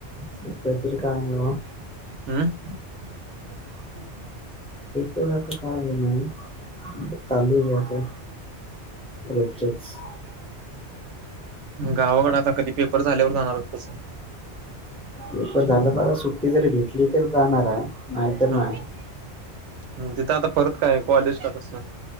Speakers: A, in the centre; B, on the right.
A: सध्या तरी काम मिळावं.
B: हू. <inaudible>
A: येत जातं काम आहे ना हे. <unintelligible> चालू द्यायचं. <unintelligible>
B: गावाकड आता कधी पेपर झाल्यावर जाणारत कसं?
A: पेपर झाल का सुट्टी जरी घेतली तर जाणार आहे. नाहीतर नाही
B: हा हू तिथ आता परत काय कॉलेज का कस?